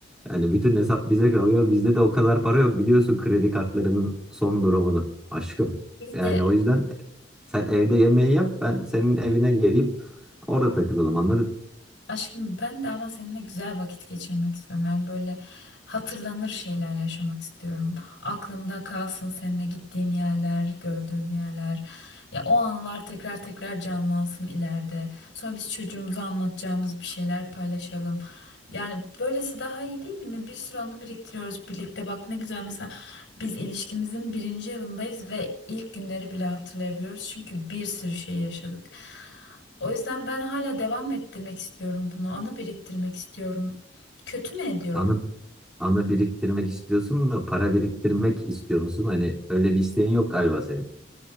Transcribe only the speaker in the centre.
Yani bütün hesap bize kalıyor. Bizde de o kadar para yok biliyorsun kredi kartlarının son durumunu aşkım.
Yani
o yüzden sen evde yemeği yap, ben senin evine geleyim. Orada takılalım. Anladın?
Anı, anı biriktirmek istiyorsun da para biriktirmek istiyor musun? Hani öyle bir isteğin yok galiba senin.